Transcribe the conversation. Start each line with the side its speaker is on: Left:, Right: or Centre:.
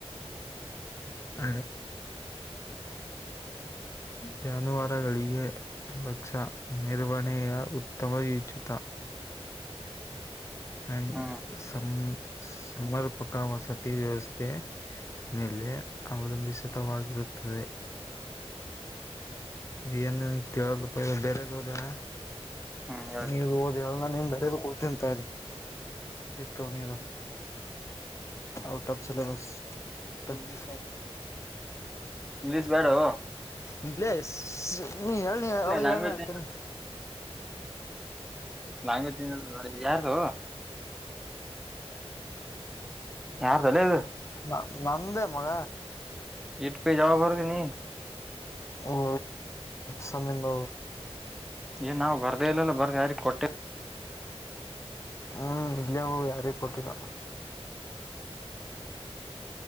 Left: ಹ ಜಾನುವಾರಗಳಿಗೆ ಲಕ್ಷ ನಿರ್ವಹಣೆಯ ಉತ್ತಮ ಉಚಿತ ಹ
Centre: ಹ್ಮ್
Left: ಸಂ ಸಮರ್ಪಕ ವಸತಿ ವ್ಯವಸ್ಥೆ ಮೇಲೆ ಅವಲಂಬಿಸಿತವಾಗಿರುತ್ತ ಹೇ ಏನು ಕೇಳ ಪ ಬೆರೆದ ಓದಣ
Centre: ಹ್ಮ್
Left: ನೀನು ಓದ ನೀನ್ ಬರದ ಹೋಗತೀಂತ ಇತ್ತು ನೀನು ಆಔಟ್ ಆಫ್ ಸಿಲೆಬಸ್ ಇ
Centre: ಇಂಗ್ಲಿಷ್ ಬ್ಯಾಡವೂ
Left: ಇಂಗ್ಲೀಷ್ ನೀ ಹೇಳನ ಅದು
Centre: ಲ್ಯಾಂಗ್ವೇಜ್
Left: ಹೇಳನ ಆಯ್ತ ನೀ
Centre: ಲಾಂಗ ತಿ ಯಾರದು ಯಾರ್ದು ಅಲೆ ಅದು
Left: ನ ನಂದೇ ಮಗ
Centre: ಎಟ್ ಪೇಜ ಯಾವಾಗ ಬರದು ನೀ
Left: ಓ ಸಮಯಂಗ
Centre: ಏ ನಾವು ಬರ್ದೇ ಇಲ್ಲ ಬರ್ ಯಾರಿಗೆ ಕೊಟ್ಟೆ
Left: ಹ್ಮ್ ಇಲ್ಲಯ ಹೋ ಯಾರೇ ಕೊಟ್ಟಿಲ್ಲ